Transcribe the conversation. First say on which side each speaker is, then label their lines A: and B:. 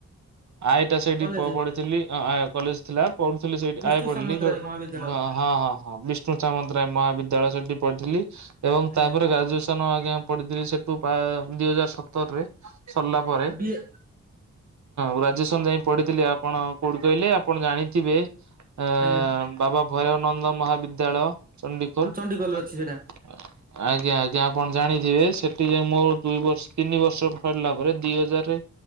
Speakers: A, on the right; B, on the right.
A: ଆଏଟା ସେଇଟି
B: କଲେଜ
A: ପ ପଢୁଥିଲି, ହଁ! - କଲେଜ ଥିଲା ପଢୁଥିଲି ସେଇଟି।
B: ବିଷ୍ଣୁ
A: ଆଏ ପ-ଲି
B: ସାମନ୍ତରାୟ
A: ହଁ
B: ମହାବିଦ୍ୟାଳୟ
A: ହଁ ହଁ! ବିସ୍‌ଣ୍ଟୁ ସାମନ୍ତରାୟେ ମହାବିଦ୍ୟାଳୟ, ସେଠି ପଢ଼ିଥିଲି। ଏବଂ
B: ଆଜ୍ଞା।
A: ତା'ପରେ ଗାଜୁଏସନ ଆଜ୍ଞା ପଢ଼ିଥିଲି। ସେ ତୁ ପା- ଦିଇ ହଜାର୍ ସତର୍ ରେ ସର୍ଲା ପରେ
B: ବି ଏ
A: ଗ୍ରାଜୁଏସନ୍‌ ଯାଏ ପଡ଼ିଥିଲି। ଆପଣ କଉଠୁ କହିଲେ? ଆପଣ ଜାଣିଥିବେ ଆ---ବାବା
B: ଆଜ୍ଞା
A: ଭୈରାବନନ୍ଦ ମହାବିଦ୍ୟାଳୟ ଚଣ୍ଡିଖୋଲ୍
B: ଚଣ୍ଡିଖୋଲରେ ଅଛି ସେଇଟା
A: <inaudible> ଆଜ୍ଞା ଆ ଆପଣ ଜାଣିଥିବେ, ସେଠି ଯେ ମୋର୍ ଦୁଇ ବର୍ଷ ତିନି ବର୍ଷ ସରିଲା ପରେ। ଦି ହଜାର୍‌ ରେ